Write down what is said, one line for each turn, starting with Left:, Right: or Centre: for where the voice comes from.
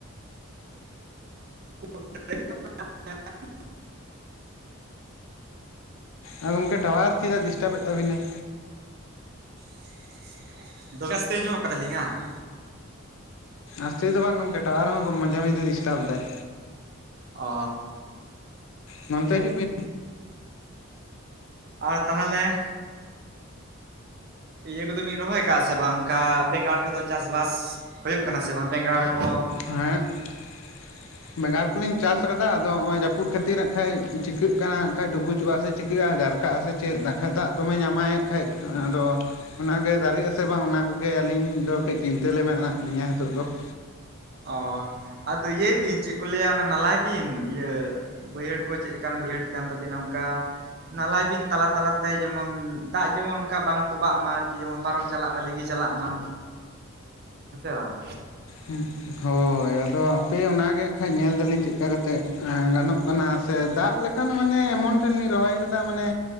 Right: <unintelligible>
Left: ᱟᱨ ᱜᱚᱢᱠᱮ ᱴᱟᱣᱟᱨ ᱪᱮᱫᱟᱜ ᱰᱤᱥᱴᱟᱵᱮᱫ ᱛᱟᱵᱤᱱᱟᱭ?
Right: <inaudible> ᱫᱚᱢᱮ ᱟᱥᱛᱮ ᱟᱸᱡᱚᱢᱚᱜ ᱠᱟᱱᱛᱟᱞᱤᱧᱟ ᱾
Left: ᱟᱥᱛᱮ ᱫᱚ ᱵᱟᱝ ᱜᱚᱢᱠᱮ ᱴᱟᱣ ᱟᱨ ᱦᱚᱸ ᱢᱟᱡᱷᱮ ᱢᱟᱡᱷᱮ ᱰᱤᱥᱴᱟᱯ ᱫᱟᱭ᱾
Right: ᱚᱻ
Left: ᱢᱟᱱᱛᱮ ᱦᱤᱡᱩᱜ ᱵᱤᱱ
Right: ᱟᱨ ᱛᱟᱦᱚᱞᱮ- ᱤᱭᱟᱹ ᱠᱚᱫᱚ ᱵᱤᱱ ᱨᱚᱦᱚᱭ ᱟᱠᱟᱟᱜ-ᱟ ᱥᱮ ᱵᱟᱝ ᱚᱱᱠᱟ ᱵᱮᱸᱜᱟᱲ ᱠᱚᱫᱚ ᱪᱟᱥᱵᱟᱥ? ᱦᱳᱭᱳᱜ ᱠᱟᱱᱟ ᱥᱮ ᱵᱟᱝ ᱵᱮᱸᱜᱟᱲ ᱠᱚ?
Left: <inaudible> ᱵᱮᱸᱜᱟᱲ ᱠᱚᱞᱤᱧ ᱪᱟᱥ ᱟᱠᱟᱫᱟ, ᱟᱫᱚ ᱱᱚᱜ-ᱚᱭ ᱡᱟᱹᱯᱩᱫ‌ ᱠᱷᱟᱹᱛᱤᱨ ᱦᱟᱸᱜ ᱠᱷᱟᱡ ᱪᱤᱠᱟᱹᱜ ᱠᱟᱱᱟ ᱠᱷᱟᱡ ᱰᱩᱵᱩᱡᱚᱜ-ᱟ ᱥᱮ ᱪᱤᱠᱟᱹᱜ-ᱟ ᱡᱟᱨ ᱠᱟᱜ-ᱟ ᱥᱮ ᱪᱮᱫ? <unintelligible> ᱫᱟᱜ ᱫᱚᱢᱮᱭ ᱧᱟᱢᱟᱭ ᱠᱷᱟᱡ ᱟᱫᱚ ᱚᱱᱟ ᱜᱮ ᱫᱟᱨᱮᱜ ᱟᱥᱮ ᱵᱟᱝ? ᱚᱱᱟ ᱠᱚᱜᱮ ᱟᱹᱞᱤᱧ ᱫᱚ ᱠᱟᱹᱡ ᱪᱤᱱᱛᱟᱹ ᱨᱮ ᱢᱮᱱᱟᱜ ᱞᱤᱧᱟᱹ ᱱᱤᱛᱚᱜ ᱫᱚ ᱾
Right: ᱚᱻ ᱾ ᱟᱫᱚ ᱤᱭᱟᱹᱭ ᱵᱤᱱ ᱪᱮᱜ ᱠᱚ ᱞᱟᱹᱭᱟ ᱚᱱᱟ ᱱᱟᱞᱟᱭ ᱵᱤᱱ ᱤᱭᱟᱹ ᱵᱟᱹᱭᱦᱟᱹᱲ ᱠᱚ ᱪᱮᱜ ᱞᱮᱠᱟᱱ ᱵᱟᱹᱭᱦᱟᱹᱲ ᱠᱟᱱ ᱛᱟᱵᱤᱱᱟ ᱚᱱᱠᱟ ᱱᱟᱞᱟᱭ ᱵᱤᱱ ᱛᱟᱞᱟ ᱛᱟᱞᱟᱛᱮ ᱡᱮᱢᱚᱱ ᱫᱟᱜ ᱡᱮᱢᱚᱱ ᱚᱱᱠᱟ ᱵᱟᱝ ᱛᱚᱵᱟᱜ ᱢᱟ ᱟᱨᱠᱤ, ᱡᱮᱢᱚᱱ ᱯᱟᱨᱚᱢ ᱪᱟᱞᱟᱜ ᱢᱟ, ᱞᱤᱸᱜᱤ ᱪᱟᱞᱟᱜ ᱢᱟ, ᱦᱮᱸ ᱥᱮ ᱵᱟᱝ?
Left: ᱦᱩᱜ, ᱦᱳᱭ ᱟᱫᱚ ᱛᱮ ᱚᱱᱟ ᱜᱮ ᱠᱷᱟᱡ ᱧᱮᱞ ᱫᱟᱞᱤᱧ ᱪᱮᱫ ᱠᱟ ᱠᱟᱛᱮ ᱮ ᱻ ᱜᱟᱱᱚᱜ ᱠᱟᱱᱟ ᱥᱮ ᱫᱟᱜ ᱞᱮᱠᱷᱟᱱ ᱢᱟᱱᱮ ᱮᱢᱚᱱ ᱴᱤᱞᱤᱧ ᱨᱚᱦᱚᱭ ᱠᱟᱫᱟ ᱢᱟᱱᱮ